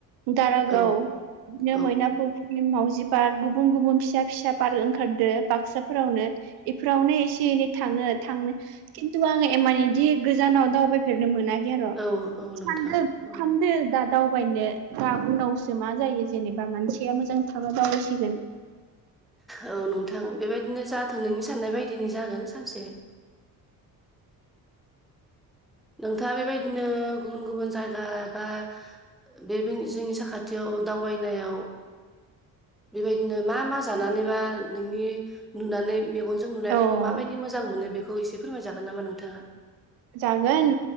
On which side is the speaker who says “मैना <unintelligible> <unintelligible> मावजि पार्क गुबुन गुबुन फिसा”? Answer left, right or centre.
Right